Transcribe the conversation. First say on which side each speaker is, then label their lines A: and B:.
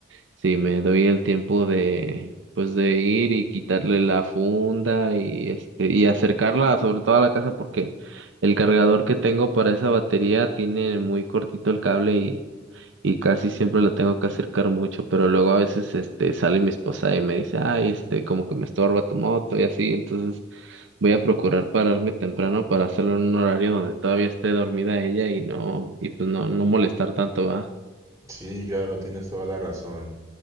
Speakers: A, on the right; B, on the right.
A: si me doy el tiempo de, pues de ir y quitarle la funda y este, y acercarla sobre todo a la casa porque el cargador que tengo para esa batería tiene muy cortito el cable y, y casi siempre lo tengo que acercar mucho, pero luego a veces este sale mi esposa y me dice, ay, este, como que me estorba tu moto y así, entonces Voy a procurar pararme temprano para hacerlo en un horario donde todavía esté dormida ella y no, y pues no, no molestar tanto, ¿va?
B: Sí, claro, tienes toda la razón.